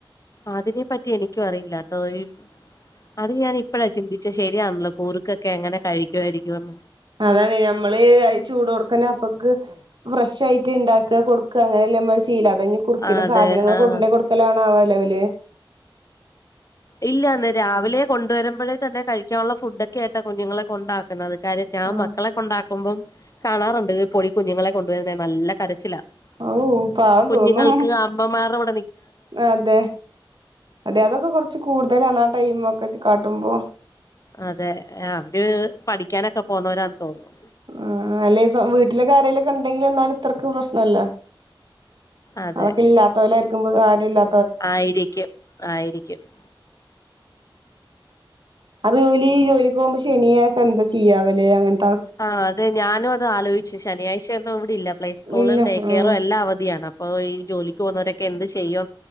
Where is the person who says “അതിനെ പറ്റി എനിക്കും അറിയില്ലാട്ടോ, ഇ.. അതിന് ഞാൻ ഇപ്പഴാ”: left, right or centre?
Left